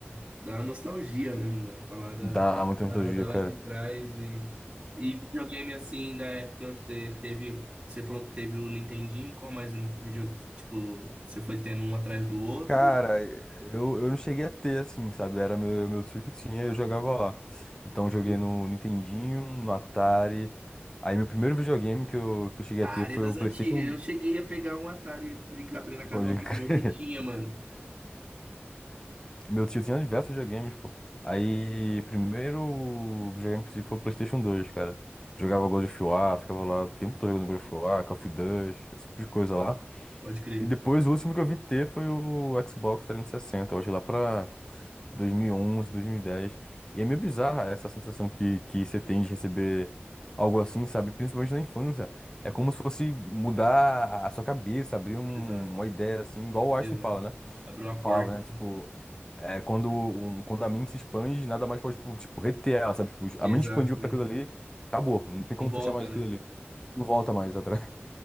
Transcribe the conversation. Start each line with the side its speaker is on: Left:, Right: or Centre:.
Right: dá uma nostalgia mesmo, mano. Falar da
Left: dá muita
Right: parada
Left: nostalgia,
Right: lá
Left: cara.
Right: de trás e, e videogame assim, da época você teve. Você falou que teve o Nintendinho, qual mais vídeo, tipo, você foi tendo um atrás do outro?
Left: Cara, eu, eu não cheguei a ter, assim, sabe? Era meu, meu tio que tinha eu jogava lá. Então,
Right: Pode
Left: eu joguei
Right: crer.
Left: no Nintendinho, no Atari. Aí, meu primeiro videogame que eu, que eu cheguei
Right: Atari
Left: a ter foi
Right: das
Left: o PlayStation.
Right: antigas. Eu cheguei a pegar um Atari e brincar também na casa
Left: Pode
Right: de um amigo
Left: crer.
Right: meu que tinha, mano.
Left: Meu tio tinha diversos videogames, pô. Aí, primeiro videogame que eu tive foi o PlayStation dois cara. Jogava God of War, ficava lá o tempo todo jogando God of War, Call of Duty, esse tipo de coisa lá.
Right: Pode crer.
Left: E depois o último que eu vi ter foi o Xbox trezentos e sessenta eu acho que lá pra 2011, 2010. E onze, dois mil e dez. E é meio bizarra essa sensação que, que você tem de receber algo assim, sabe? Principalmente na infância. É como se fosse mudar a sua cabeça, abrir um-
Right: Exato.
Left: uma ideia assim, igual o Einstein
Right: Exato.
Left: fala, né?
Right: Abriu a porta,
Left: Falava, né?
Right: né?
Left: Tipo, é, quando, um- quando a mente se expande, nada mais pode, tipo, tipo, reter ela, sabe? Tipo,
Right: Exato.
Left: a mente expandiu pra
Right: né?
Left: aquilo ali, acabou, não tem
Right: Não
Left: como
Right: volta,
Left: fechar mais
Right: né?
Left: aquilo ali. Não volta mais atrás.